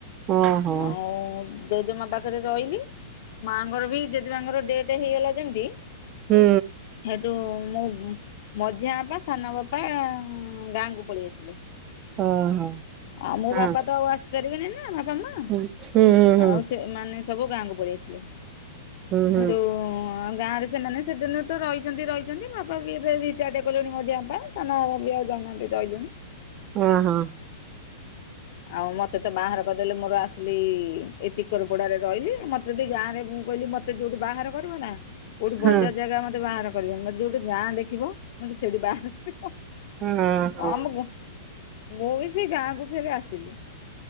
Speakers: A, on the right; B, on the left.
A: ଓହୋ
B: ଆଉ ଜେଜେମା ପାଖରେ ରହିଲି ମାଙ୍କର ବି ଜେଜେମାଙ୍କର ଡେ ତେ ହେଇଗଲା ଯେମିତି
A: ହୁଁ।
B: ଉଁ ମୁଁ ମଝିଆ ବାପା ସାନ ବାପା ଗାଁକୁ ପଳେଇ ଆସିଲି।
A: ଓହୋ
B: ଆଉ ମୋ
A: ହଁ
B: ବାପା ତ ଆଉ ଆସିପାରିବେନି ନା ବମା
A: ହୁଁ ହୁଁ ହୁଁ
B: ଆଉ ସେ ମାନେ ସବୁ ଗାଁ କୁ ପଳେଇ ଆସିଲେ
A: ହୁଁ ହୁଁ
B: ଯୋଉ ଆଁ ଗାଁ ରେ ସେମାନେ ସେଦିନରୁ ତ ରହିଛନ୍ତି ରହିଛନ୍ତି ବାପା ବି ଏବେ ରିଟାର୍ଡ କଲେଣି ମୋଝିଆପା ସାନ ଆପା ବି ଆଉ ଯା ଉ ନହେଲେ ରହିଲୁନି।
A: ଓ ହୋ।
B: ଆଉ ମତେ ତ ବାହାର କହିଦେଲେ ମୋର ଆସିଲି ଏତିିକର ପୋଡାରେ ରହିଲି ମତେ ବି ଗାଁରେ ମୁଁ କହିଲି ମତେ ଯୋଉଠି ବାହାର ନା କୋଉଠି ବଜାର
A: ହଁ
B: ଜାଗା ମତେ ବାହାର କରିବ ମେ ଯୋଉଠି ଗାଁ ଦେଖିବ ମତେ ସେଇଠି ବାହାର କରିବ।
A: ଓ ହୋ।
B: ଆମକୁ ମୁଁ ମୁଁ ବି ସେଇ ଗାଁକୁ ଫେରି ଆସିଲି।